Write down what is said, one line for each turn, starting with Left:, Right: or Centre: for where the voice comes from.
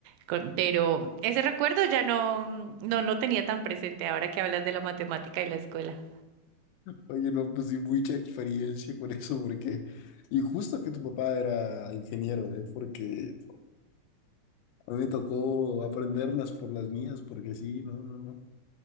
Right: Con- Pero ese recuerdo ya no, no lo tenía tan presente ahora que hablas de la matemática y la escuela.
Left: Oye, no, pues sí, mucha experiencia con eso, porque, y justo que tu papá era ingeniero, ¿eh? Porque a mí me tocó aprenderlas por las mías, porque sí, no, no, no,